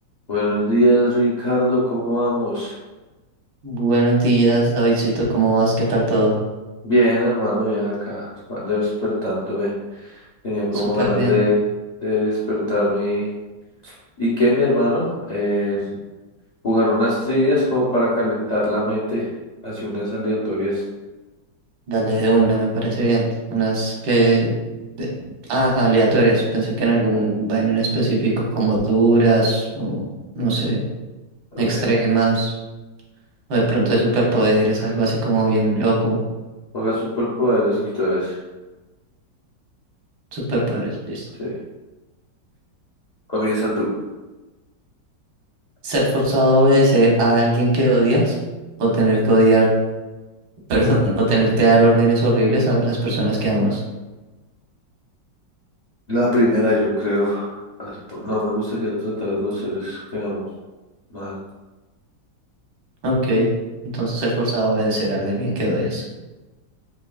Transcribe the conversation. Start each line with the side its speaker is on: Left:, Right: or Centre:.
Left: Buenos días, Ricardo, ¿cómo vamos?
Right: Buenos días, Davidcito, ¿cómo vas? ¿Qué tal todo?
Left: Bien, hermano, bien acá, pa- despertándome. Tenía como
Right: Súper
Left: ganas
Right: bien.
Left: de, de despertarme. ¿Y ¿y qué, mi hermano? Eh, jugar unas trivias como para calentar la mente, así unas aleatorias.
Right: Dale de una, me parece bien. Unas que... de- Ah, aleatorias. Pensé que en algún vaino en específico, como duras o, no sé,
Left: Ok,
Right: extremas, o de pronto de superpoderes, algo así como bien loco.
Left: juega superpoderes entonces.
Right: Superpoderes, listo.
Left: Sí, comienza tú.
Right: ¿Ser forzado a obedecer a alguien que odias o tener que odiar, <laughs> perdón, o tener que dar órdenes horribles a las personas que amas?
Left: La primera, yo creo. As- No me gustaría tratar a los seres que amo mal.
Right: Ok, entonces ser forzado a obedecer a alguien que odias.